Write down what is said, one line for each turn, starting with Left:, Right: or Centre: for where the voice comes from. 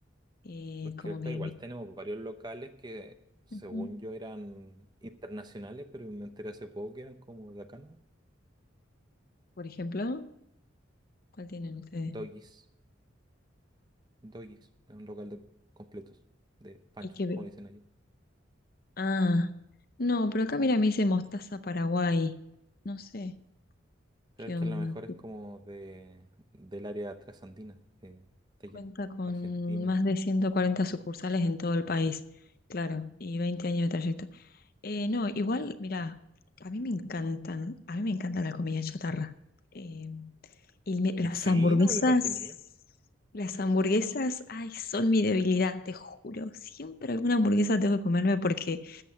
Left: Eh,
Right: Porque
Left: como
Right: acá
Left: que,
Right: igual tenemos varios locales que, según
Left: Ujú.
Right: yo, eran internacionales, pero me enteré hace poco que eran como de acá, ¿no?
Left: por ejemplo, ¿cuál tienen ustedes?
Right: Doggies. Doggies. Es un local de completos, de panchos,
Left: Y que,
Right: como
Left: ve-
Right: le dicen allá.
Left: ah, no, pero acá mira, me dice mostaza Paraguay. No sé
Right: Pero
Left: qué
Right: es
Left: onda.
Right: que a lo mejor es como de, del área trasandina, de, de allá,
Left: Cuenta con
Right: Argentina.
Left: más de 140 sucursales en todo el país, claro, y 20 años de trayecto. Eh, no, igual, mira, a mí me encantan, a mí me encanta la comida chatarra. Eh, y me- las
Right: Sí,
Left: hamburguesas,
Right: no me lo imaginé.
Left: las hamburguesas, ay, son mi debilidad, te juro. Siempre alguna hamburguesa tengo que comerme porque